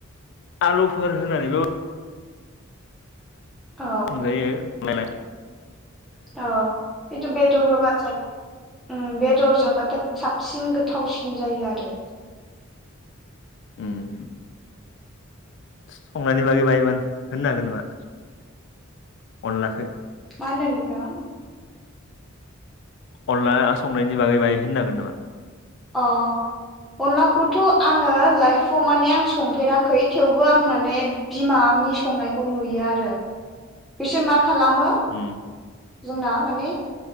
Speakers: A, on the left; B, in the centre.
A: आलुफोर होनानै बाबो
B: औ
A: संजायो नालाय
B: अ खिनथु बेदर होबा ओम बेदरजोंबाथाय साबसिन गोथावसिन जायो आरो
A: उम संनायनि बागै बाहाय मान होननो हागोन नामा अनलाखो
B: मा होनदों नोंथां
A: अनला संनायनि बागै बाहाय होननो हागोन नामा?
B: अ अनलाखौथ' आङो लाइफआव माने आं संफेराख खै थेवबो आं माने बिमानि संनायखौ नुयो आरो बिसोर मा खालामो
A: उम
B: जोंना माने